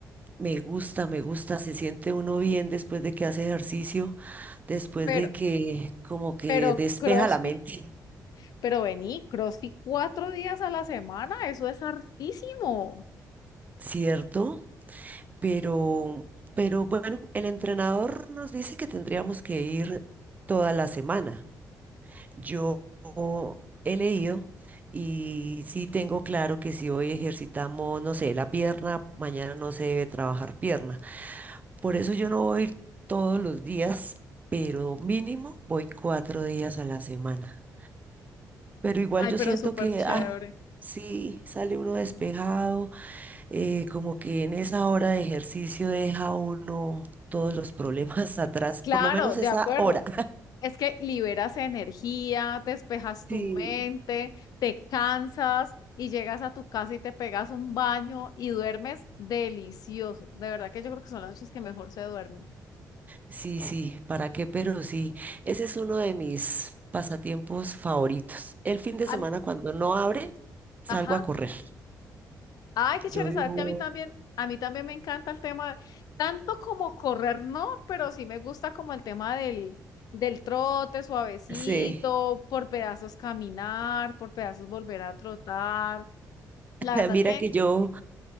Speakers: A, on the right; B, on the left.
A: me gusta, me gusta, se siente uno bien después de que hace ejercicio, después
B: pero,
A: de que como que
B: pero
A: despeja
B: CrossFit.
A: la mente.
B: Pero vení, CrossFit cuatro días a la semana, eso es hartísimo.
A: Cierto, pero, pero bueno, el entrenador nos dice que tendríamos que ir toda la semana. Yo he leído y sí tengo claro que si hoy ejercitamos, no sé, la pierna, mañana no se debe trabajar pierna. Por eso yo no voy todos los días, pero mínimo voy cuatro días a la semana. Pero igual
B: Ay,
A: yo
B: pero
A: siento
B: súper
A: que,
B: chévere.
A: ah, sí, sale uno despejado eh, como que en esa hora de ejercicio deja uno todos los problemas <laughs> atrás,
B: Claro,
A: por lo menos
B: de
A: esa
B: acuerdo.
A: hora.
B: Es que liberas energía, despejas tu
A: Sí.
B: mente, te cansas y llegas a tu casa y te pegas un baño y duermes delicioso. De verdad que yo creo que son las noches que mejor se duermen.
A: Sí, sí, ¿para qué? Pero sí, ese es uno de mis pasatiempos favoritos. El fin de semana
B: A mí,
A: cuando no abren, salgo
B: ajá.
A: a correr.
B: Ay, qué
A: Yo
B: chévere,
A: vivo,
B: sabes que a mí también, a mí también me encanta el tema, tanto como correr, no, pero sí me gusta como el tema del, del trote suavecito,
A: sí,
B: por pedazos caminar, por pedazos volver a trotar. La
A: <laughs>
B: verdad
A: mira
B: es que
A: que yo,